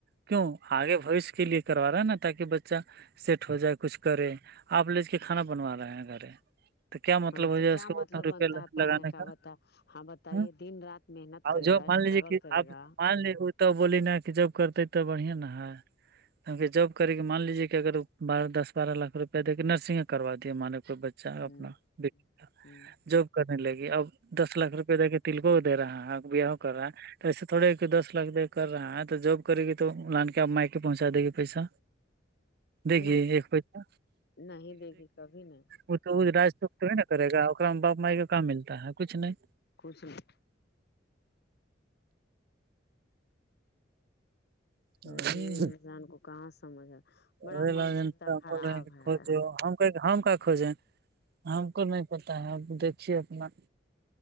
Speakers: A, on the right (about 55°); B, on the left (about 60°).
A: کیوں آگے بوش کے لیے کروا رہا ہے نا تاکہ بچہ سیٹ ہو جائے کچھ کرے آپ لج کے کھانا بنوا رہے ہیں گھر تو کیا مطلب
B: ہاں
A: ہو
B: تو
A: جائے
B: کیا
A: اس کو
B: مطلب
A: اتنا روپیا
B: بنتا ہے پڑھنے
A: لگانے کا
B: بتا ہاں بتائیے
A: ہ
B: دن رات محنت
A: آ
B: کرے
A: جوب
B: گا
A: مان
B: اسٹرگل
A: لیجیے کہ
B: کرے
A: آپ
B: گا
A: مان لیے تو وہ بولی نا کہ جوب کرتے ہے تب بڑے نا ہے کیونہ جاب کر کے مان لیجے کہ اگر بارہ دس بارہ لاکھ روپیہ دے کے نرسنگ کروا دیے مان کوئی بچہ اچھا
B: ہوں
A: اپنا کا
B: ہوں
A: جاب کرنے لگی اب دس لاکھ روپے دے کے تلکوں کو دے رہا ہے بیا ہو کر رہا ہے تو ایسے تھوڑے کہ دس لاکھ دے کر رہا ہے تو جو کرے گی تو لان کے آپ مائک پہنچا دے گی پیسہ دے گی
B: نہ
A: ایک پیسہ
B: نہیں دے گی کبھی نہیں
A: وہ تو را توک نا کرے گا اام میں باپ مائی کا کہاں ملتا ہے کچھ نہیں
B: کچھ نہیں
A: نہیں
B: پھر بھی انسان کو کہاں سمجھ ہے بڑا
A: ریلائنس
B: مانسکتا
A: کا
B: خراب
A: بول رہے ہیں کہ
B: ہے
A: کھوجو ہم ہم کا کھوجے ہیں ہم کو نہیں پتا ہے اب دیکھیے اپنا